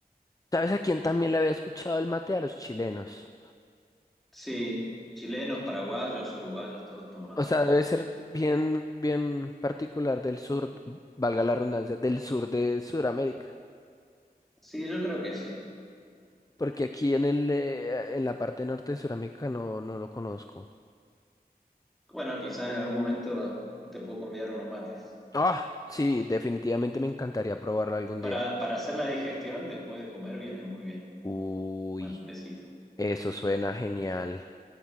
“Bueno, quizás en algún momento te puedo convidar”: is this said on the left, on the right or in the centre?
Centre